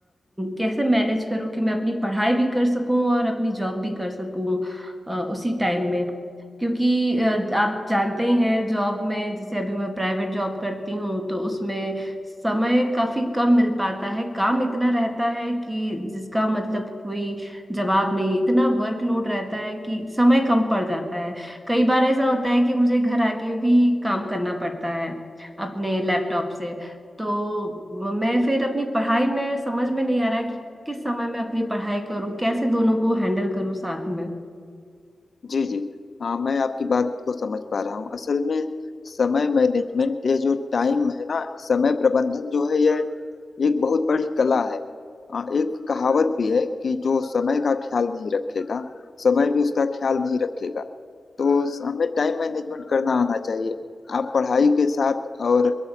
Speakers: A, on the right; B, on the left.
A: कैसे मैनेज करूँ कि मैं अपनी पढ़ाई भी कर सकूँ और अपनी जॉब भी कर सकूँ अ, उसी टाइम में क्योंकि अ, आप जानते ही हैं जॉब में जैसे अभी मैं प्राइवेट जॉब करती हूँ तो उसमें समय काफी कम मिल पाता है काम इतना रहता है कि जिसका मतलब कोई जवाब नहीं इतना वर्कलोड रहता है कि समय कम पड़ जाता है कई बार ऐसा होता है कि मुझे घर आके भी काम करना पड़ता है अपने लैपटॉप से तो मैं फिर अपनी पढ़ाई में समझ में नहीं आ रहा है कि किस समय मैं अपनी पढ़ाई करूँ कैसे दोनों को हैंडल करूँ साथ में
B: जी जी हाँ मैं आपकी बात को समझ पा रहा हूँ असल में समय मैनेजमेंट ये जो टाइम है ना समय प्रबंधन जो है यह एक बहुत बड़ी कला है आ, एक कहावत भी है कि जो समय का ख्याल नहीं रखेगा समय भी उसका ख्याल नहीं रखेगा तो हमें टाइम मैनेजमेंट करना आना चाहिए आप पढ़ाई के साथ और